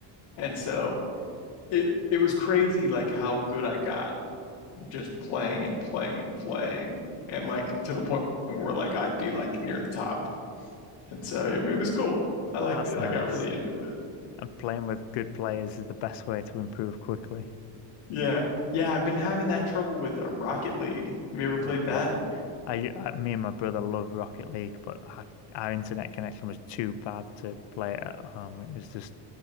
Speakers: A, on the left; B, on the left.
A: And so it it was crazy like how good I got just playing and playing and playing. And like to the point where like I'd be like near the top. And so it, it was cool. I liked
B: that's
A: it. I
B: nice.
A: got really into it.
B: And playing with good players is the best way to improve quickly.
A: Yeah. Yeah, I've been having that trouble with uh, Rocket League. Have you ever
B: Oh,
A: played
B: Rocket.
A: that?
B: I, I me and my brother love Rocket League, but our, our internet connection was too bad to play it at home. It was just